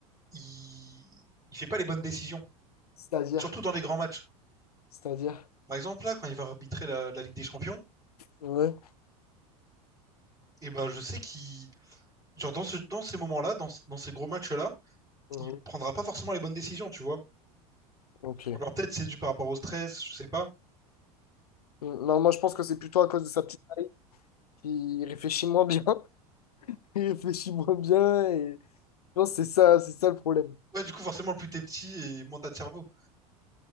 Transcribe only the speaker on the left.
c'est-à-dire,
c'est-à-dire.
Ouais.
Mhm.
Ok.
Mm, Non, moi je pense que c'est plutôt à cause de sa petite taille qu'il réfléchit moins bien. <laughs> Il réfléchit moins bien et je pense que c'est ça, c'est ça le problème.